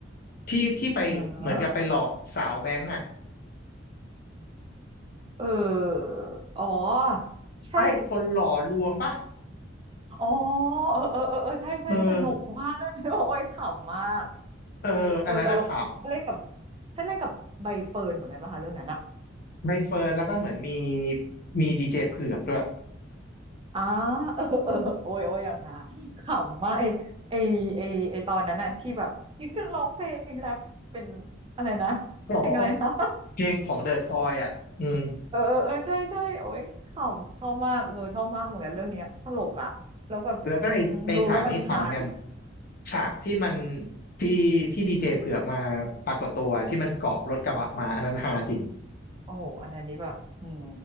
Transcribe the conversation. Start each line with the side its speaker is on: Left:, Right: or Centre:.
Left: ที่ที่ไปเหมือนกับไปหลอกสาวแบงก์อ่ะ
Right: เออเอออ๋อใช่
Left: ไอ้คนหล่อลวงป่ะ
Right: อ๋อเออเออเออเออใช่ใช่สนุกมากเลย
Left: เออ
Right: <laughs> โอ้ยขำมาก
Left: เอออันนั้นอะข่าว
Right: โอ้ยเออตลกฉันเล่นกับฉันเล่นกับใบเฟิร์นเหมือนกันป่ะคะเรื่องนั้นอะ
Left: ใบเฟิร์นแล้วก็เหมือนมีมีดีเจเผือกด้วย
Right: อ่าเออเออโอ้ยโอ้ยอย่างหาขำมากไอไอไอไอตอนนั้นอะที่แบบที่ขึ้นร้องเพลงแรปเป็นอะไรนะเพลงอะไรนะ
Left: อ๋อเพลงของเดอะทอยอ่ะอืม
Right: <laughs> เออเออเออใช่ใช่โอ้ยขำชอบมากเออชอบมากเหมือนกันเรื่องเนี้ยตลกอะแล้วแบบอืมดูแล้วมันฮาดี
Left: แล้วก็ไอไอฉากนี้ขำเหมือนกันฉากที่มันที่ที่ดีเจเผือกมาปรากฏตัวที่มันเกาะรถกระบะมาอันนั้นฮาจริง
Right: โอ้โหอันนั้นนี้แบบอืม